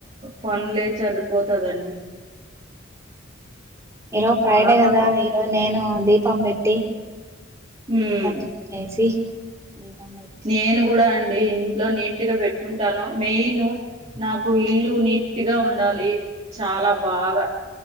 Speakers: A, on the right (about 30°); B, on the right (about 15°).
A: పనులే సరిపోతదండి
B: ఈరోజ
A: చాలా
B: ఫ్రైడే
A: పనులు
B: కదా ఈరోజు నేను దీపం పెట్టి ఇల్లంతా
A: మ్మ్
B: క్లీన్ చేసి దీపం పెట్టి
A: నేను కూడా అన్ అ ఇంట్లో నీట్గా పెట్టుకుంటాను మెయిన్ నాకు ఇల్లు నీట్గా ఉండాలి చాలా బాగా